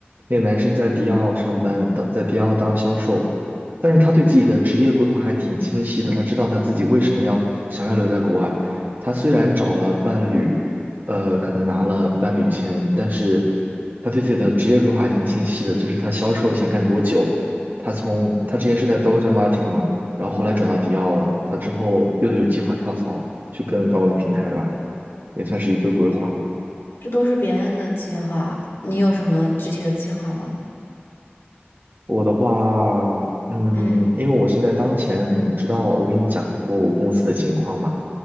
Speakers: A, on the right; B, on the left.
A: 那个男生在迪奥上班，当在迪奥当销售，但是他对自己的职业规划还挺清晰的，他知道他自己为什么要想要留在国外。他虽然找了伴侣，呃，可能拿了伴侣签，但是他对自己的职业规划还挺清晰的，就是他销售想干多久，他从他之前是在 Dr. o t Martin 嘛，然后后来转到迪奥了，他之后又有计划跳槽去更高的平台吧。也算是一个规划。
B: 这都是别人的计划。你有什么具体的计划吗？
A: 我的话，嗯，
B: 嗯
A: 因为我现在当前，你知道，我跟你讲过我公司的情况嘛，